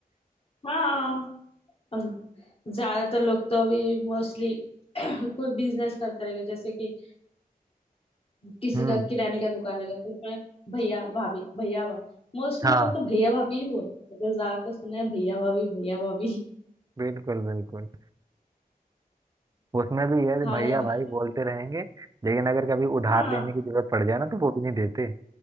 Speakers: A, on the left (about 40°); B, on the right (about 25°).
A: हाँ और ज्यादातर लोग तो अभी मोस्टली <coughs> <clears throat> कोई बिजनेस करते रहेंगे जैसे कि किसी
B: हम्म
A: का किराने का दुकान लगा तो उसमें भैया भाभी भैया भाभी मोस्टली
B: हाँ
A: लोग तो भैया भाभी ही बोलते हैं तो ज्यादातर सुना है भैया भाभी भैया भाभी <laughs>
B: बिल्कुल बिल्कुल उसमें भी ये
A: भा-
B: भैया
A: भैया
B: भाई
A: भाभी
B: बोलते रहेंगे लेकिन अगर कभी उधार
A: हाँ
B: लेने की जरूरत पड़ जाए ना तो वो भी नहीं देते